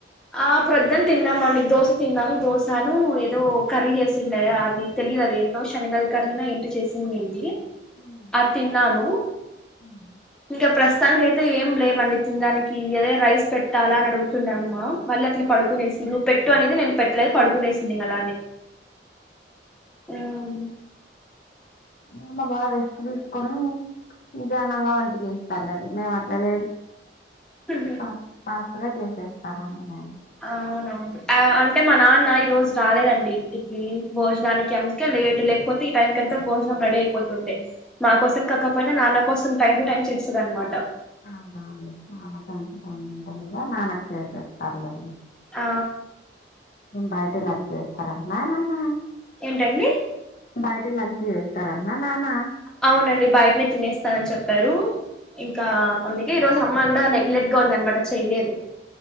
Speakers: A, in the centre; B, on the left.
A: ఆ ప్రొద్దున తిన్నాము అండి దోశ తిన్నాను దోశాను ఏదో కర్రీ చేసిండే అది తెలియదు అది ఏందో శనగల కర్రీనో ఏంటో చేసిన్నింది
B: హ్మ్
A: అద్ తిన్నాను
B: ఉహ్
A: ఇంకా ప్రస్తుతానికి అయితే ఏం లేవండి తినడానికి అదే రైస్ పెట్టాలా అని అడుగుతుందామ్మా మళ్ళీ అట్లా పడుకునేసింది నువ్వు పెట్టు అనింది నేను పెట్టలేదు పడుకునేసింది ఇంగ అలానే ఉమ్
B: ఇంగ బాగా రెస్ట్ తీసుకొని నిదానంగా వంట చేస్తారు లేండి మేము అట్లలేదు
A: హహ
B: ఫ ఫాస్ట్ గా చేసేస్తానండి నేను
A: అవును అవును ఆ అంటే మా నాన్న ఈ రోజు రాలేదండి ఇంటికి భోజనానికి అందుకే లేటు లేకపోతే ఈ టైమ్ కి అంత భోజనం రెడీ అయిపోతుండే, మా కోసం కాకపోయినా నాన్న కోసం టైమ్ టు టైమ్ చేస్తది అన్మాట
B: అవునా నాన్న టైమ్ టు టైమ్ తింటారు కదా నాన్నకు చేసేస్తారులేండి
A: ఆ
B: బయటే లంచ్ చేస్తారంటనా నాన్నా
A: ఏంటండి
B: బయటే లంచ్ చేస్తారు అంటనా నాన్నా
A: అవునండి బయటనే తినేస్తానని చెప్పారు ఇంకా అందు కే ఈ రజు అమ్మా కూడా నెగలెట్గా ఉంది అనమాట చేయలేదు